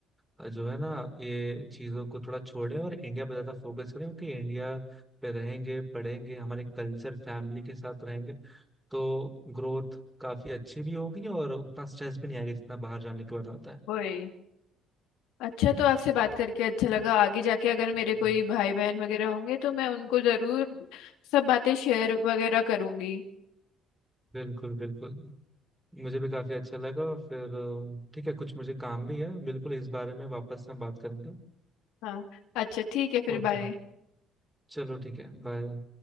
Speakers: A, in the centre; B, on the left.
A: अ, जो है ना ये चीजों को थोड़ा छोड़े और इंडिया पर ज्यादा फोकस करें क्योंकि इंडिया पे रहेंगे पढ़ेंगे हमारे कल्चर फैमिली के साथ रहेंगे तो ग्रोथ काफी अच्छी भी होगी और उतना स्ट्रेस भी नहीं आएगा जितना बाहर जाने के बाद आता है
B: वही अच्छा तो आपसे बात करके अच्छा लगा आगे जाके अगर मेरे
A: हम्म।
B: कोई भाई बहन वगैरह होंगे तो मैं उनको जरूर सब बातें शेयर वगैरह करूंगी
A: बिल्कुल बिल्कुल मुझे भी काफी अच्छा लगा फिर अ, ठीक है कुछ मुझे काम भी है बिल्कुल इस बारे में वापस हम बात करेंगे
B: हाँ अच्छा ठीक है फिर
A: ओके
B: बाय
A: चलो ठीक है बाय